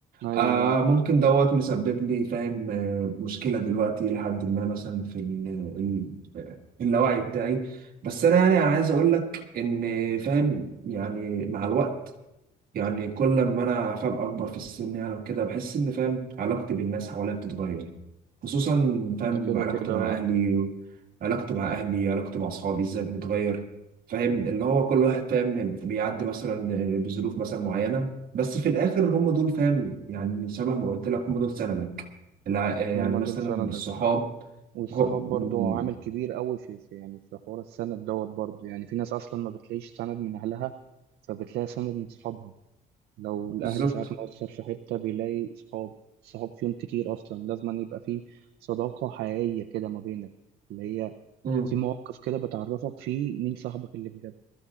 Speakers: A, on the right; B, on the right.
A: ايوه
B: آه ممكن دوت مسبب لي فاهم آه مشكله دلوقتي لحد ما مثلا في ال ال اللاوعي بتاعي بس انا يعني انا عايز اقول لك ان فاهم يعني مع الوقت يعني كل ما انا فاهم اكبر في السن يعني كده بحس ان فاهم علاقتي بالناس حواليا بتتغير خصوصا فاهم
A: انت كده
B: علاقتي
A: كده
B: مع
A: آه.
B: اهلي علاقتي مع اهلي علاقتي مع اصحابي ازاي بتتغير فاهم اللي هو كل واحد فاهم بيعدي مثلا بظروف مثلا معينة بس في الاخر هم دول فاهم يعني شبه ما قلت لك هم دول سندك الع- يعني
A: هم
B: مثلا
A: دول سندك
B: الصحاب
A: والصحاب
B: هو مم،
A: برضو عامل كبير قوي في, في يعني في حوار السند دوت برضو يعني في ناس اصلا ما بتلاقيش سند من اهلها فبتلاقي سند من صحابها لو الاهل
B: بالظبط
A: ساعات مقصر في حته بيلاقي صحاب الصحاب فيهم كتير اصلا لازم أن يبقى في صداقه حقيقيه كده ما بينك اللي هي
B: مم،
A: في مواقف كده بتعرفك فيه مين صاحبك اللي بجد